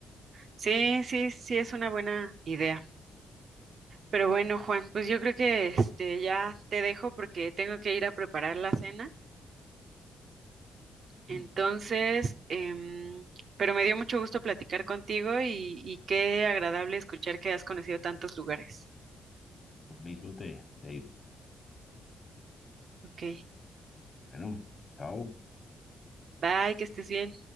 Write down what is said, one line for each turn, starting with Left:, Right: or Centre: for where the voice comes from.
Right: Sí, sí, sí, es una buena idea. Pero bueno, Juan, pues yo creo que este ya te dejo porque tengo que ir a preparar la cena.
Left: Lo
Right: Entonces, em, pero me dio mucho gusto platicar contigo y, y qué agradable escuchar que has conocido tantos lugares.
Left: mismo te, te digo.
Right: Ok,
Left: Bueno, chao.
Right: bye, que estés bien.